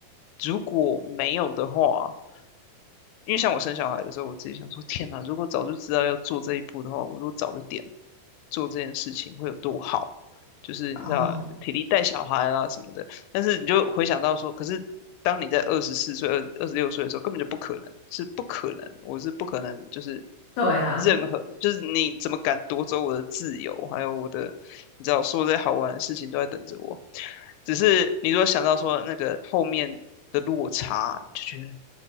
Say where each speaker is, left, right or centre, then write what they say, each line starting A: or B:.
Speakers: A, on the left; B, on the left.
A: 如果没有的话，因为像我生小孩的时候，我自己想说，天哪，如果早就知道要做这一步的话，我如果早一点做这件事情会有多好。就是你知道体力带小孩啦什么的，
B: 哦，
A: 但是你就回想到说，可是当你在二十四岁、二二十六岁的时候，根本就不可能，是不可能，我是不可能，就是
B: 对啊，
A: 任何，就是你怎么敢夺走我的自由，还有我的，你知道，所有这些好玩的事情都在等着我。只是你如果想到说那个后面的落差，就觉得